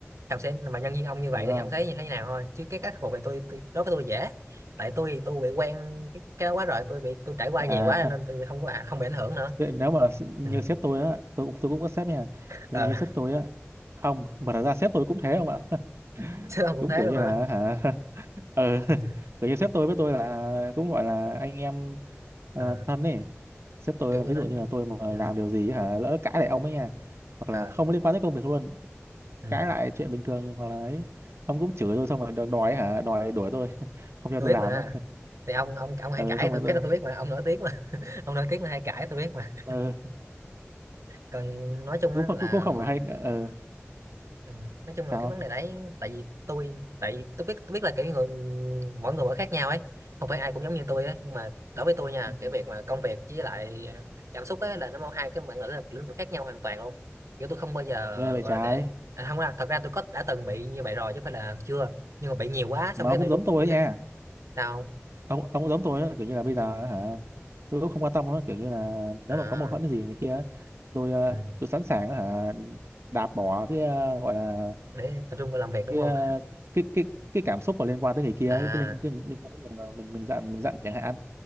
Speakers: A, on the right (about 85°); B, on the right (about 65°).
A: thì ông sẽ mà nhân viên ông như vậy
B: ừ không
A: thì ông thấy như thế nào thôi chứ cái khắc phục này tôi, tôi đối với tôi dễ tại tôi tôi bị quen cái, cái đó quá rồi tôi bị tôi trải qua
B: à
A: nhiều quá
B: <laughs>
A: nên tôi không có à, không bị ảnh hưởng nữa
B: thế nếu mà s-
A: ừ.
B: như sếp tôi á tôi, cũng- tôi cũng có sếp nha
A: ờ
B: nếu mà như sếp tôi á không mà thật ra sếp tôi cũng thế không ạ <laughs>
A: <laughs> sếp ông cũng
B: cũng
A: thế
B: kiểu
A: luôn
B: như
A: hả
B: là hả <laughs> ừ <laughs>
A: ừ.
B: kiểu như sếp tôi với tôi là cũng gọi là anh em ờ,
A: ờ
B: thân ấy sếp tôi
A: kiểu
B: ví
A: như nói
B: dụ như là tôi mà
A: ừ.
B: làm điều gì hả lỡ cãi lại ông ấy nha hoặc
A: ờ
B: là không có liên quan tới công việc luôn
A: ừ.
B: cãi lại chuyện bình thường hoặc là ấy ông cũng chửi tôi xong rồi đòi đòi ấy hả đòi đuổi tôi <laughs> không cho
A: tôi
B: tôi
A: biết
B: làm
A: mà
B: nữa <laughs>
A: thì ông ông ông hay
B: ờ
A: cãi
B: xong rồi
A: tôi
B: tôi
A: cái đó tôi biết mà ông nổi tiếng mà <laughs> ông nổi tiếng là hay cãi tôi biết mà
B: ờ
A: còn nói chung
B: cũng
A: á
B: không-
A: là
B: cũng cũng không phải hay ờ
A: Ừ. Nói chung là
B: sao
A: cái vấn đề đấy tại vì tôi tại vì tôi biết tôi biết là kiểu người mỗi người mỗi khác nhau ấy không phải ai cũng giống như tôi ấy nhưng mà đối với tôi nha
B: Ừ.
A: cái việc mà công việc với lại ờ, cảm xúc ấy là nó hai cái bản lĩnh lĩnh vực khác nhau hoàn toàn luôn kiểu tôi không bao giờ
B: nghe vậy
A: gọi
B: trái
A: là để à, không ra thật ra tôi có đã từng bị như vậy rồi chứ không phải là chưa nhưng mà bị nhiều quá
B: mà
A: xong cái
B: ông
A: bị
B: cũng
A: rút
B: giống tôi
A: tôi
B: ấy nha
A: sao
B: ông ông cũng giống tôi ấy, kiểu như là bây giờ hả tôi cũng không quan tâm nữa kiểu như là nếu
A: à
B: mà có mâu thuẫn gì này kia tôi ờ,
A: ừ.
B: tôi sẵn sàng hả đạp bỏ cái ờ, gọi là
A: để tập trung vào làm việc đúng
B: cái
A: không
B: ờ, cái cái cái cảm xúc mà liên quan tới người kia
A: à
B: cái liên, cái liên quan tới người mà mình mình giận mình giận chẳng hạn